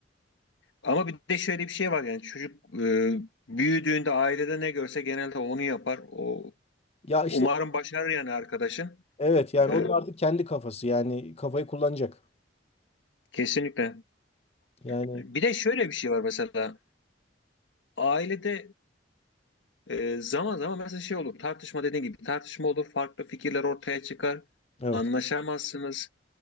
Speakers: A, on the left; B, on the left.
A: Ama bir de şöyle bir şey var yani çocuk e, büyüdüğünde ailede ne görse genelde onu yapar. O
B: Ya işte
A: umarım
B: o-
A: başarır yani arkadaşın.
B: evet yani
A: E,
B: o da artık kendi kafası yani kafayı kullanacak.
A: kesinlikle.
B: Yani
A: Bir de şöyle bir şey var mesela ailede Ee, zaman zaman mesela şey olur tartışma dediğin gibi tartışma olur farklı fikirler ortaya çıkar
B: evet
A: anlaşamazsınız